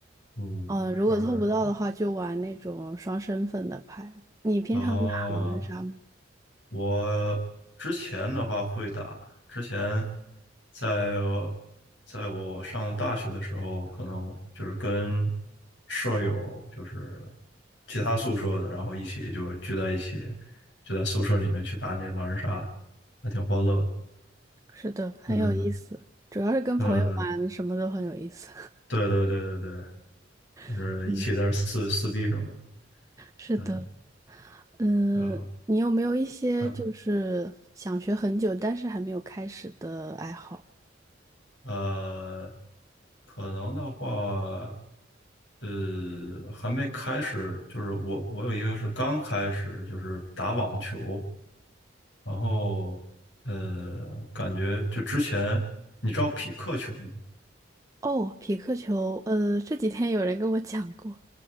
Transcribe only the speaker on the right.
呃，如果凑不到的话，就玩那种双身份的牌。你平常打狼人杀吗？
是的，很有意思，
主要是跟朋友玩，
什么都很有意思。
<laughs> 嗯，是的，
嗯，
你有没有一些就是想学很久但是还没有开始的爱好？
哦，匹克球，呃，这几天有人跟我讲过，